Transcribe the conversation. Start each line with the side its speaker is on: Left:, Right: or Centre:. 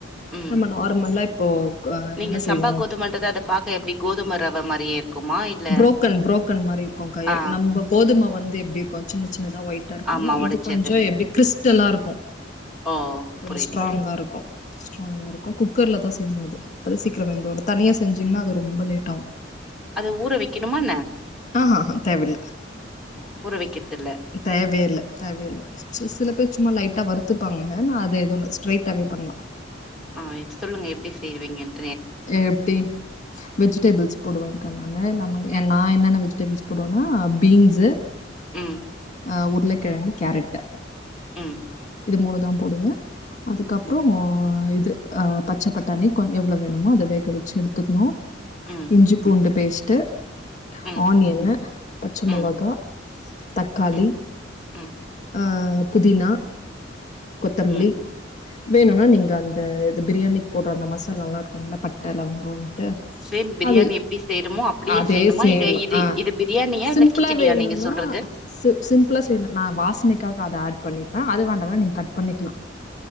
Centre: ம்
Left: நம்ம நார்மலா இப்போ அ
Centre: நீங்க
Left: என்ன
Centre: சம்பா
Left: செய்வோ
Centre: கோதுமன்றது அத பாக்க எப்டி கோதும ரவ மாரியே இருக்குமா இல்ல
Left: புரோக்கன் புரோக்கன் மாரி இருக்கு காயே
Centre: ஆ
Left: நம்ம கோதும வந்து எப்டி இருக்கு சின்ன சின்னதா வொயி் டா இருக்குல
Centre: ஆமா ஒடச்சது
Left: இது கொஞ்ச எப்டி கிரிஸ்டலா இருக்கு
Centre: ஓ
Left: கொஞ்ச
Centre: புரியுது
Left: ஸ்ட்ராங்கா
Centre: புரியுது
Left: இருக்கு ஸ்ட்ராங்கா இருக்கு குக்கர்ல தா செய்னு அது அத சீக்ரோ வெந்து வரு தனியா செஞ்சிங்னா அது ரொம்ப லேட் ஆவு
Centre: அது ஊற வைக்கணுமான்ன
Left: ஆ ஹ ஹ தேவல்ல
Centre: ஊற வக்கற்தில்ல
Left: தேவையேல்ல தேவையில்ல சில பேர் சும்மா லைட் ட வறுத்துப்பாங்க நா அது எதுவுல ஸ்ட்ரைட்வாவே பண்லா
Centre: ஆ சொல்லுங்க எப்டி செய்வீங்கன்
Left: எப்டீன் வெஜிடேபிள்ஸ் போடுவேக்கா நானு நம்ம நா என்னென்ன வெஜிடேபிள்ஸ் போடுவனா பீன்ஸு
Centre: ம்
Left: அ உருளக்கெழங்கு கேரட்டு
Centre: ம்
Left: இது மூணு தா போடுவே அதுக்கப்றோ
Centre: ம்
Left: இது ஆ பச்ச பட்டாணி கொ எவ்ளோ வேணுமோ அத வேக வச்சு எடுத்துக்கணு
Centre: ம்
Left: இஞ்சி பூண்டு பேஸ்ட்டு
Centre: ம்
Left: ஆனியனு பச்ச
Centre: ம்
Left: மொளகா தக்காளி
Centre: ம் ம்
Left: ஆ புதினா கொத்தமல்லி
Centre: ம்
Left: வேணுன்னா நீங்க அந்த இது பிரியாணிக்கு போட்ற அந்த மசாலல்லா இருக்குல்ல பட்ட லவங்கோன்ட்டு
Centre: சேம் பிரியாணி
Left: அது
Centre: எப்டி செய்றோமோ அப்டியே
Left: அதே
Centre: செய்யணுமா
Left: சேம்
Centre: இது இது
Left: அ
Centre: இது பிரியாணியா
Left: சிம்பிளா
Centre: இல்ல கிச்சடியா
Left: வேணுன்னா
Centre: நீங்க சொல்றது
Left: ச சிம்பிளா செய்ணு நா வாசனைக்காக அத ஆட் பண்ணிட்ட அது வேண்டனா நீங்க கட் பண்ணிக்லா